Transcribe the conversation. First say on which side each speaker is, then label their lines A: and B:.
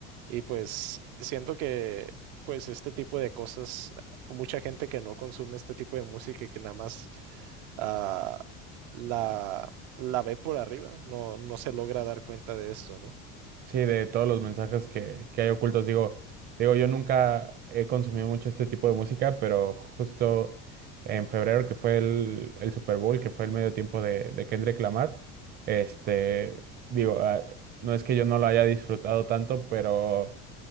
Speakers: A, on the right (about 70°); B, on the right (about 30°).
A: Y pues siento que pues este tipo de cosas, mucha gente que no consume este tipo de música y que nada más ah, la, la ve por arriba, no, no se logra dar cuenta de esto, ¿no?
B: Sí, de todos los mensajes que, que hay ocultos, digo, digo, yo nunca he consumido mucho este tipo de música, pero justo en febrero, que fue el, el Super Bowl, que fue el medio tiempo de, de Kendrick Lamar, este, digo, ah, no es que yo no lo haya disfrutado tanto, pero